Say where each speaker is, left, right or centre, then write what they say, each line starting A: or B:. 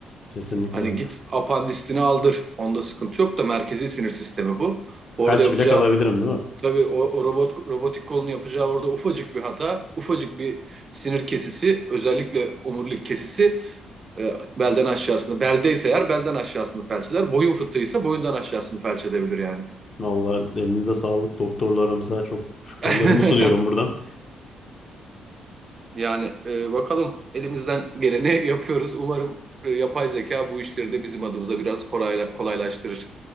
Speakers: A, on the left; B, on the right.
A: Kesinlikle
B: Hani
A: evet.
B: git apandisini aldır. Onda sıkıntı yok da merkezi sinir sistemi bu. Orada
A: Felç
B: yapacağı
A: bile kalabilirim değil mi?
B: Tabii o, o robot robotik kolunu yapacağı orada ufacık bir hata, ufacık bir sinir kesisi, özellikle omurilik kesisi e, belden aşağısını, beldeyse eğer belden aşağısını felç eder, boyun fıtığıysa boyundan aşağısını felç edebilir yani.
A: Vallahi elinize sağlık doktorlarımıza çok şükranlarımı
B: <laughs>
A: sunuyorum buradan.
B: Yani e, bakalım elimizden geleni <laughs> yapıyoruz. Umarım e, yapay zeka bu işleri de bizim adımıza biraz kolayla, kolaylaştırır.